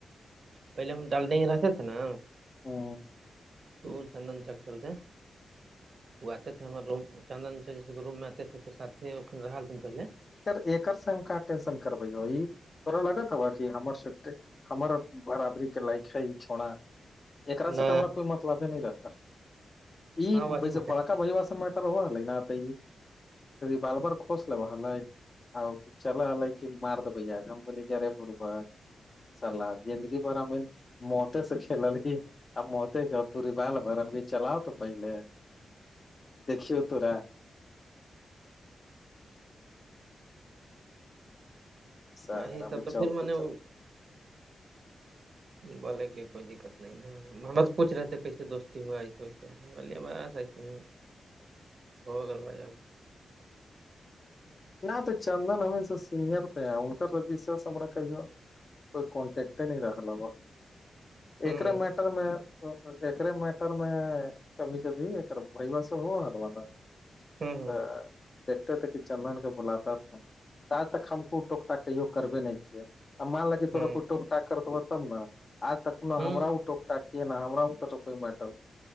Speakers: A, on the right; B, on the left.
A: پہلے ہم ڈالنے رہتے تھے نا
B: ہ <inaudible>
A: دور چن جک چلتے ہیں وہ آتے <inaudible> ہم روم چندن چ جی روم میں آتے تھ تو سات ان تھن پہلے <inaudible>
B: ایکر سے ہم کہاں ٹینشن کربی ہوی <inaudible> تھورا لگاات با کہ ہمار س ہمار برابری کے لائکا ہی چھڑا <inaudible> ایکا سے
A: نہ
B: تو ہما کوئی مطلب ہی نہیں رہتا یہ
A: ہاں وہی
B: ویسے
A: میں نے
B: بڑکا بیواس <inaudible> ہوال ن بالر خوش لوا ہلے آ چل ہلے <inaudible> مارتا پہ جے جمپلی کیا رے پرپٹ سلاد یہ <inaudible> مو سے کھیلل ہی مو کا تی بال بر <inaudible> چلاؤ تو پہلے دیکھیو تورا س
A: وہی
B: ہمیں
A: سب تو
B: چلتے
A: پھر میں نے
B: چل <inaudible> جی <inaudible>
A: بولے کے کوئی دقت نہیں ہے ہمار سے پوچھ رہے تھے کیسے دوستی ہوا اس و سے <inaudible> ملیے باسجتے ہیں <inaudible>
B: <inaudible>
A: ہوگل با جؤپ <inaudible>
B: نہ تو چندن ہمیں س سینئر تھے ہیں ان سشس ہم کی <inaudible> کوئی کانٹیکٹ نہیں رہا ہوا
A: ہوں
B: ایکرے مٹر میں تو ایکرے میٹر میں کبھی جبھی ایک بھیو سے ہو ہلوانا
A: ہوں
B: ہ ت کہ چندن کے بلاتا اپنا تج تک ہم کو ٹوکٹا کی کربے نہیں کیے ا مان لک کہ تورا
A: ہوں
B: کوئی ٹوک ٹاک کرتےب تب نا آج تک
A: ہوں
B: ہمر ٹوک تاکیے نا ہم ا کا تو کوئی میٹر